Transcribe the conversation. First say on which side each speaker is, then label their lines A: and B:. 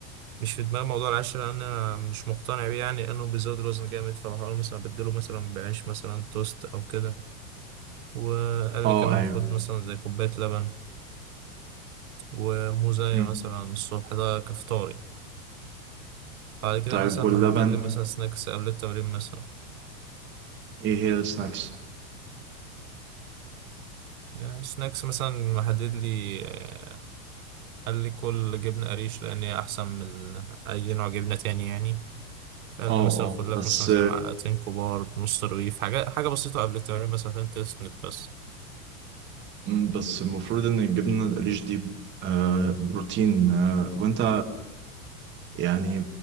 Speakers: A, on the right (about 80°); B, on the right (about 25°).
A: مش في دماغي موضوع العيش لان انا مش مقتنع بيه يعني لانه بيزود الوزن جامد فبحاول مثلا ابدله مثلا بعيش مثلا توست او كده وقال
B: اه
A: لي كمان
B: ايوه
A: خد مثلا زي كوبايه لبن وموزايه
B: مم.
A: مثلا الصبح ده كفطاري بعد كده
B: طيب
A: مثلا
B: واللبن
A: محدد لي مثلا سناكس قبل التمرين مثلا
B: ايه هي السناكس
A: يعني سناكس مثلا محدد لي آه، قال لي كل جبنه قريش لان هي احسن من اي نوع جبنه تاني يعني فقال
B: اه
A: لي مثلا
B: اه
A: خد لك
B: بس
A: مثلا زي معلقتين كبار بنص رغيف حاجه حاجه بسيطه قبل التمرين مثلا عشان تسند بس
B: مم، بس المفروض ان الجبنه القريش دي آه، بروتين آه، وانت يعني